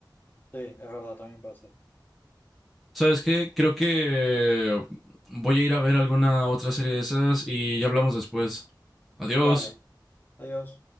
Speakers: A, on the left; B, in the centre.
A: Sí, es verdad, también pasa.
B: ¿Sabes qué? Creo que voy a ir a ver alguna otra serie de esas y ya hablamos después. Adiós.
A: Dale, adiós.